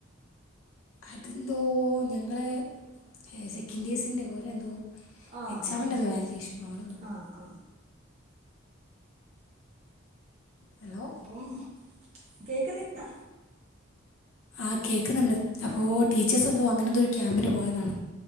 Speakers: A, on the left (about 80°); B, on the right (about 30°).
A: അതെന്തോ ഞങ്ങള് സെക്കൻഡ്ഴ്സിന്റെ ഓര് എന്തോ
B: ആ
A: എക്സാമിന്റെറത്
B: ആ അങ്ങനെ
A: വാല്യുവേഷനോ അങ്ങനെന്തോ
B: ആ ആ
A: ഹലോ
B: അപ്പം കേക്കന്നില്ല
A: ആ കേൾക്ക്ന്നൊണ്ട് അപ്പോ ടീച്ചേഴസ് എന്തോ അങ്ങനെ എന്തോ ഒരു ക്യാമ്പിന് പോയതാണ്